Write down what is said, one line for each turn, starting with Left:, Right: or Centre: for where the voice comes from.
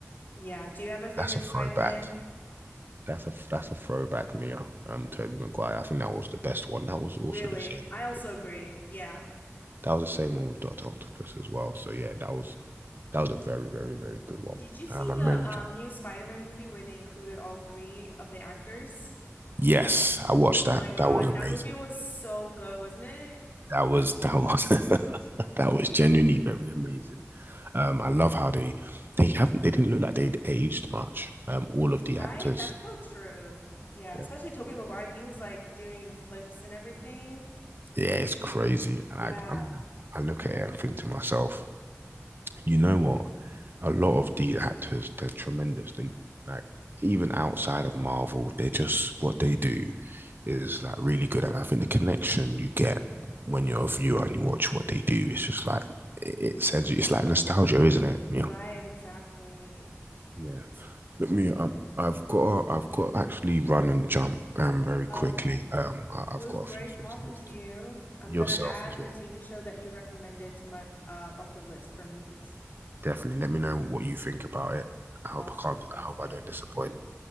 Left: yeah, do you have a favorite
Right: that's a throwback.
Left: Spider-Man?
Right: That's a that's a throwback, Mio. Um, Toby Maguire. I think that was the best one. That was also
Left: Really?
Right: the same
Left: I
Right: one
Left: also
Right: with
Left: agree. Yeah.
Right: that was the same one with Doctor Octopus as well. So yeah, that was that was a very very very good one.
Left: Did you see
Right: Um, and
Left: the
Right: Mary
Left: um,
Right: Jane.
Left: new Spider-Man movie where they included all three of the actors?
Right: Yes, I watched
Left: Oh
Right: that.
Left: my God,
Right: That was amazing.
Left: that movie was so good, wasn't it?
Right: That was that was <laughs> that was genuinely very amazing. Um, I love how they they haven't they didn't look like they'd aged much. Um, all of the
Left: Right?
Right: actors,
Left: That's so true. Yeah,
Right: they're,
Left: especially Tobey
Right: they're
Left: Maguire, he was like doing flips and everything.
Right: yeah, it's crazy. And
Left: Yeah.
Right: I, I mean, I look at it and think to myself, you know what? A lot of these actors, they're tremendous. They like even outside of Marvel, they just what they do is like really good. And I think the connection you get when you're a viewer and you watch what they do, it's just like it, it sends you. It's like nostalgia, isn't it?
Left: Right,
Right: Yeah.
Left: exactly.
Right: Yeah. Look, me, um, I've got, I've got to actually run and jump um very
Left: Okay.
Right: quickly. Um, I,
Left: Well,
Right: I've
Left: it was
Right: got
Left: great
Right: a few
Left: talking
Right: things I need
Left: to
Right: to
Left: you.
Right: do.
Left: I'm
Right: Yourself
Left: gonna add
Right: as
Left: the
Right: well.
Left: TV show that you recommended to my uh, bucket list for movies.
Right: Definitely. Let me know what you think about it. I hope
Left: Awesome.
Right: I can't.
Left: Sounds
Right: I hope
Left: good.
Right: I don't disappoint